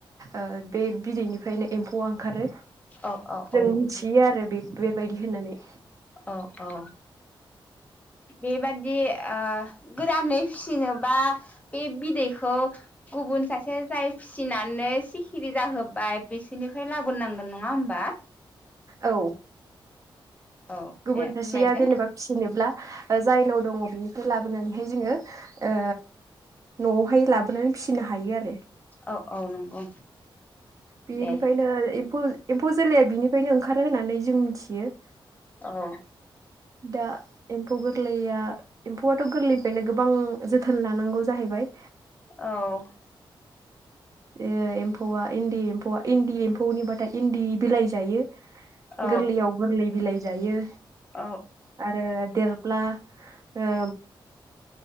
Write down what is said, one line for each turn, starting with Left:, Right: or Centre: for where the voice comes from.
Right: ओ बे बिदैनि फायनो एम्फौआ ओंखारो
Left: औ औ औ
Right: जों
Left: नंगौ।
Right: मिथियो आरो बे- बेब बायदि होननानै
Left: औ औ बेबादि ओ गोदानै फिसिनोबा बे बिदैखौ गुबुन सासे जाय फिसिनानै सिखिरि जाहोबाय बिसोरनिफ्राय लाबोनोनांगोन नंङा होमबा?
Right: औ
Left: औ
Right: गुबुन
Left: दे
Right: सासेया
Left: फोरमायदो
Right: जेनेबा फिसिनोब्ला ओ जायनाव दंङ बिनिफ्राय लाबोनानैहाय जोंङो ओ न'आवहाय लाबोनानै फिसिनो हायो आरो।
Left: औ औ नंगौ।
Right: बेनिफ्रायनो
Left: दे
Right: एम्फौ एम्फौ जोलैया बिनि फायनो ओंखारो होननानै जों मिथियो।
Left: औ
Right: दा एम्फौ गोरलैया एम्फौआथ' गोरलैनिफ्रायनो गोबां जोथोन लानांगौ जाहैबाय
Left: औ
Right: ए एम्फौआ इन्दि एम्फौआ इन्दि एम्फौनिबाथाय इन्दि बिलाइ जायो।
Left: औ
Right: गोरलैयाव गोरलै बिलाइ जायो।
Left: औ
Right: आरो देर ब्ला ओ